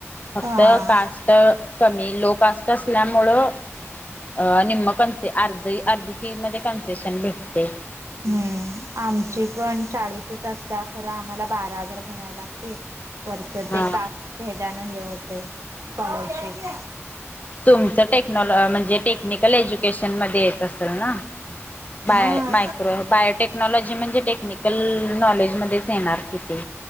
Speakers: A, on the left (about 30°); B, on the right (about 70°).
A: फक्त
B: हा.
A: कास्ट कमी लो कास्ट असल्यामुळं अं निम्म कनसे अर्धे अर्धी फी मध्ये कन्सेशन भेटतय
B: हम्म आमची पण चाळीसच असत्या खरं आमाला बारा हजार भराय लागतय वरच
A: हा
B: ते कास हेज्यान हे होतंय स्कॉलरशिप
A: तुमचं टेक्नॉलॉ म्हणजे टेक्निकल एज्युकेशन मदे येत असल ना बाय
B: हा
A: मायक्रो बायोटेक्नॉलॉजी म्हणजे टेक्निकल नॉलेज मदेच येणार कि ते